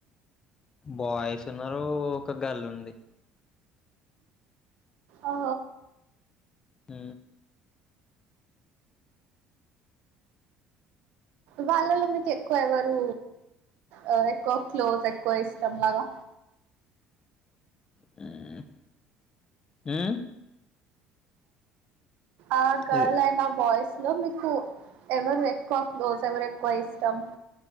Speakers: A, on the left; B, on the right.
A: బాయ్స్ ఉన్నారు ఒక గల్ ఉంది
B: ఓ
A: మ్
B: వాళ్ళలో మీకు ఎక్కువ ఎవరు ఎవరెక్కువ క్లోజ్ ఎక్కువ ఇష్టం లాగా
A: మ్ ఉమ్
B: ఆ గర్ల్
A: ఇది
B: అయినా బాయ్స్ లో మీకు ఎవరు ఎక్కువ క్లోజ్ ఎవరు ఎక్కువ ఇష్టం